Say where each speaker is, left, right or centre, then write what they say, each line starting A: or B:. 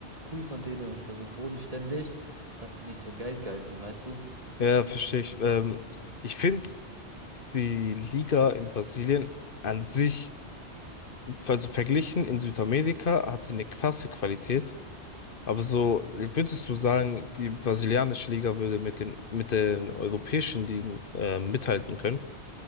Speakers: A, on the right; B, on the left.
A: cool von denen und voll so bodenständig, dass die nicht so geldgeil sind, weißt du?
B: Ja, verstehe ich. Ähm, ich finde die Liga in Brasilien an sich, also verglichen in Südamerika, hat die eine krasse Qualität. Aber so, würdest du sagen, die brasilianische Liga würde mit den, mit den europäischen Ligen äh, mithalten können?